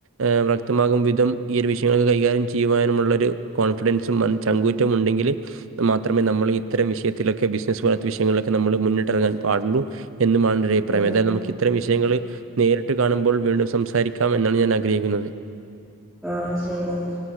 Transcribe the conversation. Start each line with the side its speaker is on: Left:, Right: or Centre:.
Right: ഏ വ്യക്തമാകും വിധം ഈ ഒരു വിഷയങ്ങൾക്ക് കൈകാര്യം ചെയ്യുവാനുമുള്ള ഒരു കോൺഫിഡൻസും മ ചങ്കൂറ്റമുണ്ടെങ്കിൽ മാത്രമേ നമ്മൾ ഇത്തരം വിഷയത്തിലൊക്കെ ബിസിനസ് പോലത്തെ വിഷയങ്ങളൊക്കെ നമ്മൾ മുന്നിട്ടിറങ്ങാൻ പാടുള്ളൂ <unintelligible> പ്രേമേന്ദ്രാ
Centre: ഉം
Right: നമുക്ക് ഇത്തരം വിഷയങ്ങള് നേരിട്ട് കാണുമ്പോൾ വീണ്ടും സംസാരിക്കാം എന്നാണ് ഞാൻ ആഗ്രഹിക്കുന്നത്.
Centre: ആഹ്ശരി എന്നാ